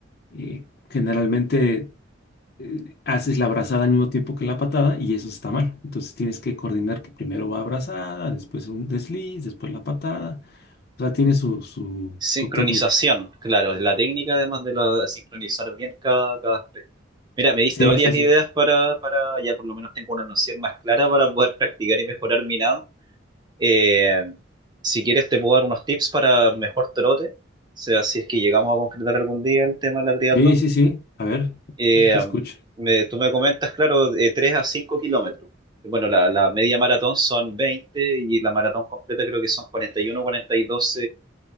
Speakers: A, on the left; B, on the right.
A: eh, generalmente eh, haces la abrazada al mismo tiempo que la patada y eso está mal. Entonces tienes que coordinar que primero va abrazada, después un desliz, después la patada. O sea, tiene su, su,
B: Sincronización,
A: su técnica.
B: claro, es la técnica además de la, sincronizar bien cada, cada aspecto. Mira, me diste
A: Sí,
B: varias
A: sí, sí.
B: ideas para, para, ya por lo menos tengo una noción más clara para poder practicar y mejorar mi nado. Eh, si quieres te puedo dar unos tips para mejor trote, o sea, si es que llegamos a concretar algún día el tema de la triatlón.
A: Sí, sí, sí. A ver,
B: Eh,
A: te escucho.
B: me- tú me comentas, claro, de 3 a 5 kilómetros. Bueno, la, la media maratón son 20 y la maratón completa creo que son cuarenta y uno cuarenta y dos